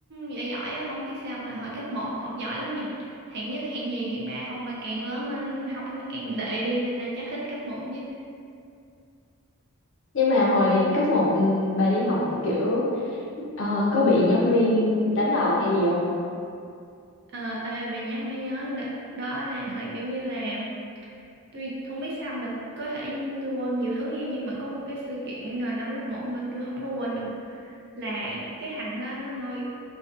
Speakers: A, on the right; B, on the left.
A: giỏi giỏi á, không biết sao mà hồi cấp một học giỏi lắm nha hạng nhất hạng nhì hạng ba không mà càng lớn lên học nó càng tệ đi nên là chắc thích cấp một nhất
B: nhưng mà hồi cấp một ừ, bà đi học kiểu ờ, có bị giáo viên đánh đòn hay gì không
A: Ờ, ê, bà nhắc mới nhớ đợt đó là hồi kiểu như là tôi không biết sao mà có thể tôi quên nhiều thứ nha nhưng mà có một cái sự kiện là năm lớp một mà tôi không có quên được là cái thằng đó nó ngồi